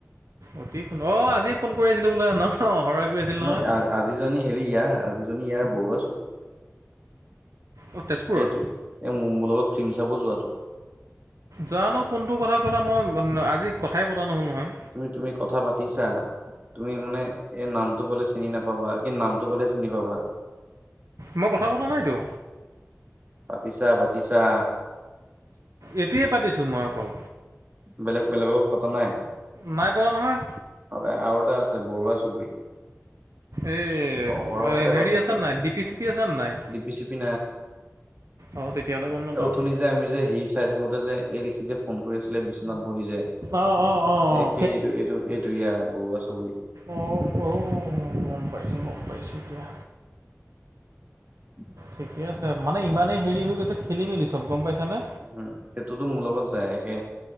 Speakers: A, on the right; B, on the right.
A: অতিন অ' আজি ফোন কৰিছিলো বোলে ন অ' হৰয়ে কৈছিল নহয়।
B: ন আজিজনী হেৰি ইয়াৰ আজিজনী ইয়াৰ বৰুৱা চুবুৰি।
A: অঁ তেজপুৰৰ
B: সেইটো এ মোৰ লগত ফিল্ম চাব যোৱাতটো।
A: জানো কোনটো কথা ক'লা, মই আজি কথাই পতা নহ'ল নহয়।
B: তুমি তুমি কথা পাতিছা। তুমি মানে এই নামটো ক'লে চিনি নাপাবা, কি নামটো ক'লে চিনি পাবা।
A: মই কথা পতা নাইতো।
B: পাতিছা, পাতিছা।
A: এতিয়াই পাতিছোঁ মই অকল
B: বেলেগ বেলেগক পতা নাই
A: নাই পতা নহয়।
B: আৰু এটা আছে বৰুৱা চুবুৰি।
A: এই
B: সৰহতে
A: হেৰি
B: পাতিছে
A: আছে নাই, ডি পি চি পি আছে নাই?
B: ডিপি চিপি
A: অ', তেতিয়াহলে নাপাওঁ
B: এ উথুনি যে আমি যে হেৰী চাই থাকোতে যে এই দেখি যে ফোন কৰি আছিলে বিচনাত বহি যে
A: অঁ অঁ অঁ
B: এ
A: অঁ
B: সেইটো এইটো এইটো ইয়াৰ বৰুৱা চুবুৰী।
A: অঁ', অ', গম পাইছোঁ গম পাইছোঁ এতিয়া।
B: <inaudible>
A: ঠিকে আছে মানে ইমানেই হেৰি হৈ গৈছে খেলি মেলি চব গম পাইছা নে?
B: উম, সেইটোতো মোৰ লগত যায় একে